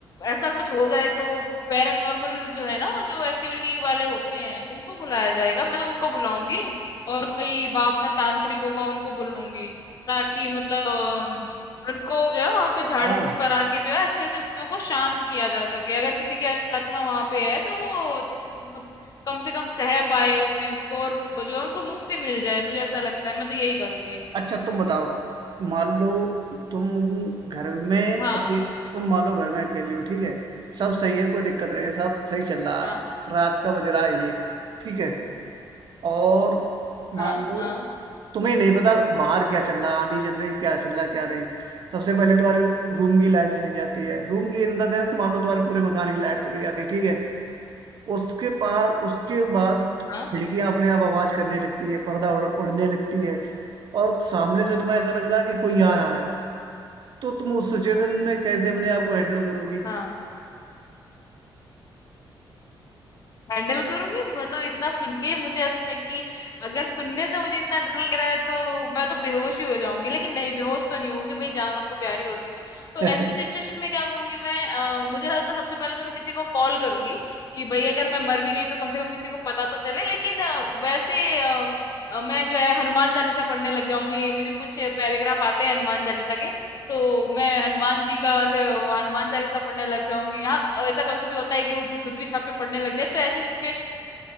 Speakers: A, on the left; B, on the right.
A: ऐसा कुछ हो जाए तो पैरानॉर्मल जो है ना जो एक्टिविटी वाले होते हैं उनको बुलाया जाएगा मैं तो उनको बुलाऊंगी और कोई बाबा तांत्रिक होगा उनको बुलाऊंगी ताकि मतलब अम, उनको जो है वहां पे झाड़
B: हाँ
A: फूक करा के जो है अच्छे से चीजों को शांत किया जा सके अगर किसी की आत्मा वहां पे है तो वो मतलब कम से कम सह पाए उस चीज को और वो जो है उनको मुक्ति मिल जाए मुझे ऐसा लगता है मैं तो यही करूंगी
B: अच्छा तुम बताओ मान लो तुम घर में अके,
A: हाँ
B: तुम मान लो घर में अकेले हो ठीक है सब सही है कोई दिक्कत नहीं है सब सही चल रहा
A: हाँ
B: है। रात का बज रहा है एक ठीक है और मान
A: हाँ
B: लो
A: हाँ
B: तुम्हें नहीं पता बाहर क्या चल रहा है आंधी चल रही क्या चल रहा क्या नहीं सबसे पहले तुम्हारे रूम की लाइट चली जाती है रूम की इन द सेंस मान लो तुम्हारे पूरे मकान की लाइट चली जाती है ठीक है उसके पास उसके बाद
A: हाँ
B: खिड़कियां अपने आप आवाज करने लगती है पर्दा उड़- उड़ने लगती है और सामने से तुम्हें ऐसा लग रहा है कि कोई आ रहा है तो तुम उस सिचुएशन में कैसे अपने आप को हैंडल करोगी
A: हाँ हैंडल करूंगी मैं तो इतना सुन के ही मुझे ऐसा है कि अगर सुनने से मुझे इतना डर लग रहा है तो मैं तो बेहोश ही हो जाऊंगी लेकिन नहीं बेहोश तो नहीं होंगी भाई जान सबको प्यारी होती है तो
B: <laughs>
A: ऐसी सिचुएशन में क्या करूंगी मैं अ, मुझे लगता है सबसे पहले तो मैं किसी को कॉल करूंगी कि भाई अगर मैं मर भी गई तो कम से कम किसी को पता तो चले लेकिन अ, वैसे अ, अ, मैं जो है हनुमान चालीसा पढ़ने लग जाऊंगी मुझे कुछ पैराग्राफ आते हैं हनुमान चालीसा के तो मैं हनुमान जी का ऐसे वो हनुमान चालीसा पढ़ने लग जाऊंगी हाँ ऐसा कभी कभी होता है कि वो भूत भी साथ में पढ़ने लग जाए तो ऐसी सिचुएशन